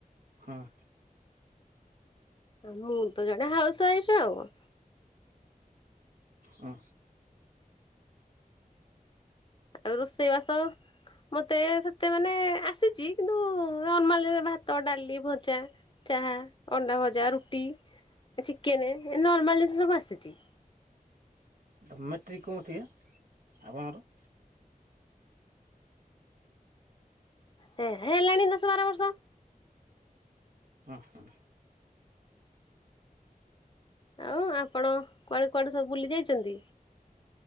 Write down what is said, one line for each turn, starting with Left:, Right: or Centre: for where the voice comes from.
Right: ହଁ
Left: ମୁଁ ତ ଜଣେ ହାଉସ ୱାଇଫ ଆଉ।
Right: ଓ
Left: ଆଉ ରୋଷେଇ ବାସ ମତେ ସେତେ ମେ ଆସିଛି କିନ୍ତୁ ନର୍ମାଲି ଭାତ ଡାଲି ଭଜା ଚାହା ଅଣ୍ଡା ଭଜା ରୁଟି ଚିକେନ ନର୍ମାଲ ଜିନିଷ ସବୁ ଆସିଛି।
Right: ଆ ମେଟ୍ରିକକୁ ମୁ ସିଏ ଆପଣଙ୍କର?
Left: ହେ ହେ ହେଲାଣି ଦଶ ବାର ବର୍ଷ।
Right: ହ ହଁ
Left: ଆଉ ଆପଣ କୁଆଡେ କୁଆଡେ ସବୁ ବୁଲି ଯାଇଛନ୍ତି।